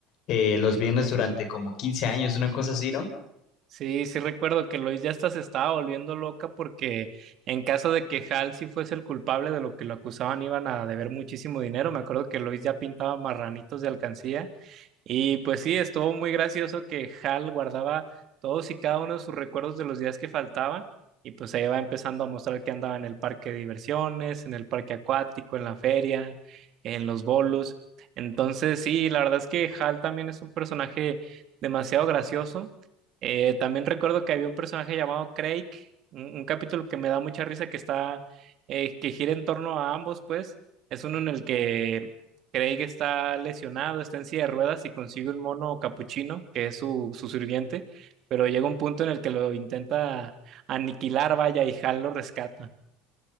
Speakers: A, on the left; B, on the right.
A: eh, los viernes durante como 15 años, una cosa así, ¿no?
B: Sí, sí recuerdo que Lois ya hasta se estaba volviendo loca porque en caso de que Hal sí fuese el culpable de lo que lo acusaban iban a deber muchísimo dinero. Me acuerdo que Lois ya pintaba marranitos de alcancía Y pues sí, estuvo muy gracioso que Hal guardaba todos y cada uno de sus recuerdos de los días que faltaban y pues ahí va empezando a mostrar que andaba en el parque de diversiones, en el parque acuático, en la feria, en los bolos. Entonces sí, la verdad es que Hal también es un personaje demasiado gracioso. Eh, también recuerdo que había un personaje llamado Craig, un, un capítulo que me da mucha risa que está, eh, que gira en torno a ambos, pues. Es uno en el que Craig está lesionado, está en silla de ruedas y consigue un mono capuchino, que es su, su sirviente, pero llega un punto en el que lo intenta aniquilar, vaya, y Hal lo rescata.